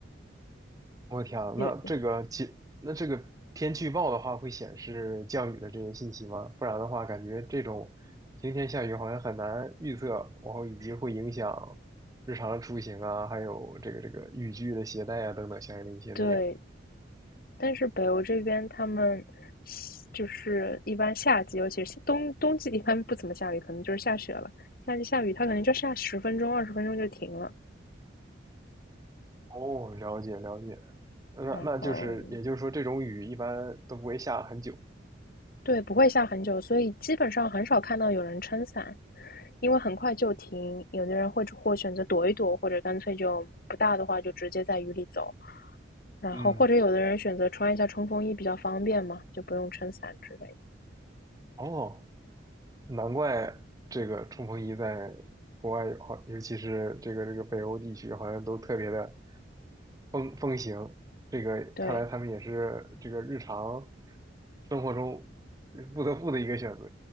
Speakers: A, on the right; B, on the left.
A: 我天啊，
B: <laughs> 就
A: 那这个气，那这个天气预报的话，会显示降雨的这些信息吗？不然的话，感觉这种晴天下雨好像很难预测，然后以及会影响日常的出行啊，还有这个这个雨具的携带啊等等相应的一些内容。
B: 对，但是北欧这边他们就是一般夏季，尤其是冬冬季一般不怎么下雨，可能就是下雪了。夏季下雨，它可能就下十分钟、二十分钟就停了。
A: 哦，了解了解，那那就是也就是说，
B: 然后
A: 这种雨一般都不会下很久。
B: 对，不会下很久，所以基本上很少看到有人撑伞，因为很快就停。有的人会或选择躲一躲，或者干脆就不大的话就直接在雨里走。然后或者有的人选择穿一下冲锋衣比较方便嘛，
A: 嗯，
B: 就不用撑伞之类的。
A: 哦，难怪这个冲锋衣在国外好，尤其是这个这个北欧地区，好像都特别的。风风行，这个看来他们也是这个日常
B: 对，
A: 生活中不得不的一个选择。